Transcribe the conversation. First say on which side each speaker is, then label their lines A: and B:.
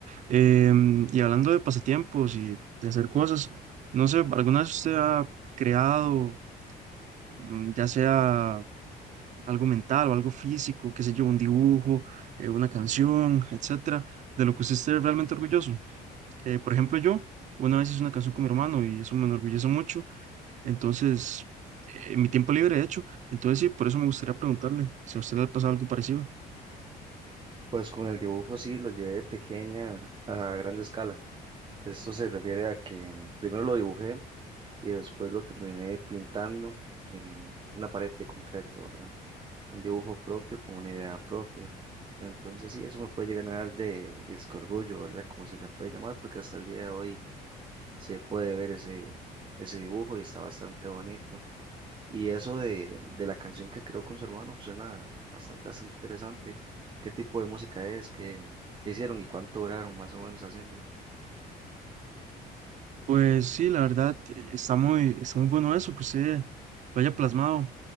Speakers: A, on the right; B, on the right.
A: Em, y hablando de pasatiempos y de hacer cosas, no sé, ¿alguna vez usted ha creado, mm, ya sea algo mental o algo físico, qué sé yo, un dibujo, eh, una canción, etcétera, de lo que usted esté realmente orgulloso? Eh, por ejemplo, yo una vez hice una canción con mi hermano y eso me enorgullece mucho. Entonces, eh, en mi tiempo libre, de hecho. Entonces, sí, por eso me gustaría preguntarle si a usted le ha pasado algo parecido.
B: Pues con el dibujo sí lo llevé de pequeña a grande escala. Esto se refiere a que primero lo dibujé y después lo terminé pintando en una pared de concreto, ¿verdad? Un dibujo propio con una idea propia. Entonces sí, eso me puede llegar a dar de, disco orgullo, ¿verdad? Como se le puede llamar, porque hasta el día de hoy se puede ver ese, ese dibujo y está bastante bonito. Y eso de, de la canción que creó con su hermano pues, suena bastante, bastante interesante. ¿Qué tipo de música es? ¿Qué, qué hicieron y cuánto duraron más o menos haciéndola?
A: Pues sí, la verdad, eh, está muy, está muy bueno eso, que usted lo haya plasmado